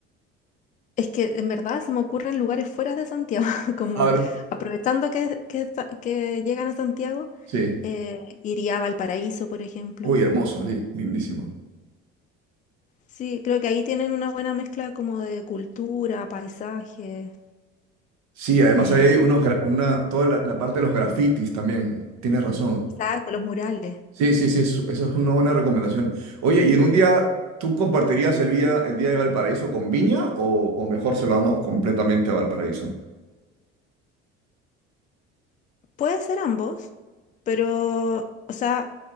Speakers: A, on the left; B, on the right.
A: es que en verdad se me ocurren lugares fuera de Santiago, <laughs> como
B: A ver,
A: aprovechando que, que, sa- que llegan a Santiago,
B: sí.
A: eh, iría a Valparaíso, por ejemplo.
B: Uy, hermoso, sí, lindísimo.
A: Sí, creo que ahí tienen una buena mezcla como de cultura, paisaje,
B: Sí, además
A: eh,
B: ahí hay unos, gra- una, toda la, la parte de los grafitis también. Tienes razón.
A: exacto, los murales.
B: Sí, sí, sí, eso, eso es una buena recomendación. Oye, ¿y en un día tú compartirías el día, el día de Valparaíso con Viña o, o mejor se lo damos completamente a Valparaíso?
A: Puede ser ambos, pero, o sea,